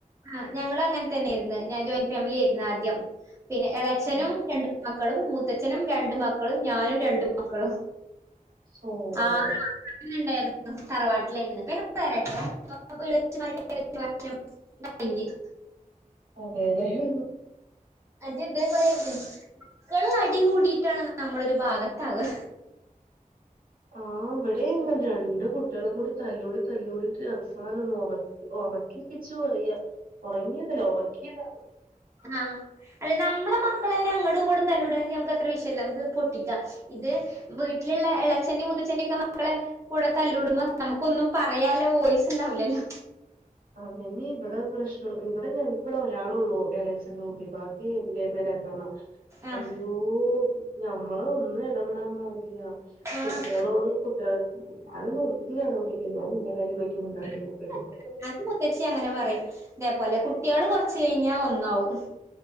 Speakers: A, on the right (about 20°); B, on the right (about 85°).
A: ആ ഞൾ അങ്ങനെ തന്നൊയിയിരുന്നു ഞാൻ ജോയിന്റ് ഫാമിലി ആയിരുന്നു ആദ്യം പിന്നെ ഇളച്ചനും
B: ആ,
A: രണ്ട് മക്കളും മൂത്തച്ഛനും രണ്ടുമക്കളും ഞാനും രണ്ടു മക്കളും
B: സോ
A: ആഹ്
B: അങ്ങനെ
A: <unintelligible> അങ്ങനണ്ടായിരുന്നു തറവാട്ടിലായി എട്ടോ <unintelligible> ക <unintelligible>
B: അതേലെ ഹ്
A: അതെ അതേപോലെെക്ക അടികൂടിട്ടാണ് നമ്മളൊ ഒരു ഭാഗത്താവുക
B: ആ ഇവിടെ രണ്ട കുട്ടികളും കൂടി തല്ല് കൂടി തല്ല് കൂടിട്ട് അവസാനം ഒന്ന് ഉറ ഉറക്കി <unintelligible> ഉറങ്ങിയതല്ല ഉറക്കിയതാ
A: ആഹ് അല്ല നമ്മള മക്കള് തന്നെ അങ്ങടും ഇങ്ങോടും തല്ലുകൂടണെങ്കി നമുക്ക് അത്ര വിഷയമല്ല നമുക്ക് പൊട്ടിക്കാം ഇത് വീട്ടിലുള്ള ഇളയച്ചന്റെ മുത്തച്ചെന്റെ ഒക്കെ മക്കളെ കൂടെ തല്ല് കൂടുമ്പോ നമുക്കൊന്നും പറയാനുള്ള വോയിസ് ഉണ്ടാവില്ലല്ലോ
B: അതന്നെ ഇവിടെ പ്രശ്നം ഇവിടെ ഞങ്ങക്കിവിടെ ഒരാളുള്ളു ഇളയച്ചന്റെ കുട്ടി ബാക്കി ന്ന രണ്ടണ്ണം.
A: ആഹ്
B: അയ്യോ ഞമ്മള് ഒന്നും ഇടപെടാൻ പാടില്ല
A: ആഹ്
B: കുട്ടികളോട് കുട്ടികൾ ഞാനൊന്നും ഒന്നിലും ഇടപെടില്ലേ ഞാൻ എന്റെ കാര്യം നോക്കി മുന്നോട്ട്
A: <inaudible>
B: പോകും എന്താ
A: മുത്തച്ചി അങ്ങനെ പറയും ഇതേപോലെ കുട്ടികൾ കുറച്ച് കഴിഞ്ഞാൽ ഒന്നാവും